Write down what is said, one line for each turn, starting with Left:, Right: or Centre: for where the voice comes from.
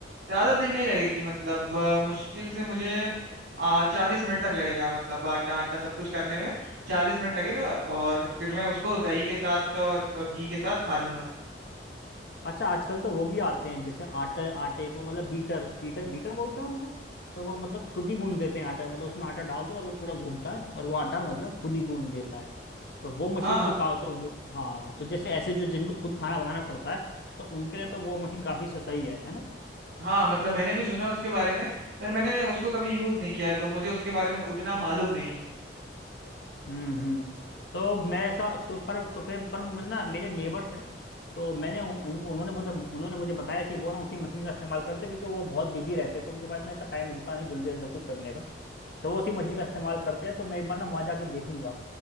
Right: ज्यादा देर नहीं लगेगी मतलब अ, मुश्किल से मुझे आ, चालीस मिनट तक लगेगा मतलब आटा आटा सब कुछ करने में चालीस मिनट लगेगा और फिर मैं उसको दही के साथ और, और घी के साथ खा लूंगा
Left: अच्छा आजकल तो वो भी आते हैं जैसे आटे आटे को मतलब बीटर बीटर बीटर बोलते हैं उनको तो वो मतलब खुद ही गूंद देते हैं आटा मतलब उसमें आटा डाल दो और वो पूरा घूमता है और वो आटा मतलब खुद ही गूंद देता है तो वो मशीन
Right: हाँ
Left: तो का तो वो हाँ तो जैसे ऐसे जो जिनको खुद खाना बनाना पड़ता है तो उनके लिए तो वो मशीन काफी स- सही है है ना
Right: हाँ मतलब मैंने भी सुना है उसके बारे में पर मैंने उसको कभी यूज नहीं किया है तो मुझे उसके बारे में उतना मालूम नहीं है
Left: हम्म हम्म तो मैं ऐसा उसको- पर तो फिर पर मैं ना मेरे नेबर थे तो मैंने उन, उन उन्होंने बता, उन्होंने मुझे बताया कि वो ना उसी मशीन का इस्तेमाल करते क्योंकि वो बहुत बिजी रहते तो उनके पास ना इतना टाइम होता नहीं जल्दी जल्दी सब कुछ करने का तो वो उसी मशीन का इस्तेमाल करते हैं तो मैं एक बार ना वहाँ जाके देखूंगा